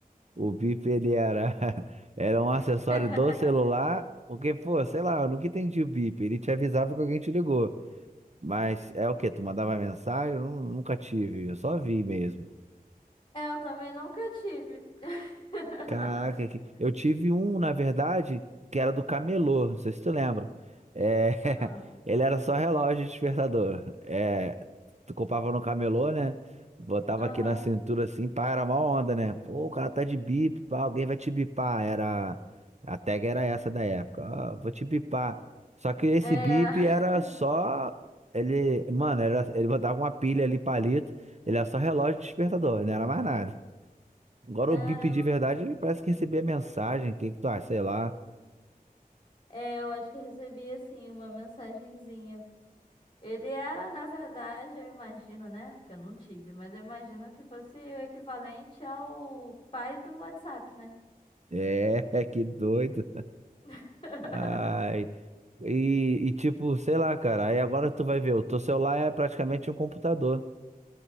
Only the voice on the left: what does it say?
<laughs>
É, eu também nunca tive. <laughs>
Ah,
aham.
É.
<laughs>
Caramba.
É, eu acho que eu recebi assim uma mensagenzinha. Ele era, na verdade, eu imagino, né? Porque eu não tive, mas eu imagino que fosse o equivalente ao pai do WhatsApp, né?
<laughs>